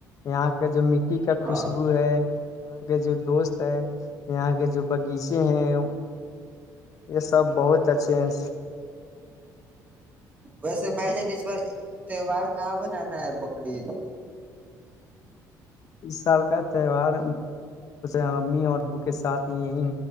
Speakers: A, on the left; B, on the right.
A: یہاں کا جو مٹی کا خوشبو
B: ہاں
A: ہے کے جو دوست ہے یہاں کے جو باغیچے ہیں یہ سب بہت اچھے ہیں
B: ویسے بھائی جان اس بار تہوار کہاں بنانا ہے بکری
A: سال کا تہوار امی اور بھو کے ساتھ ہی یہی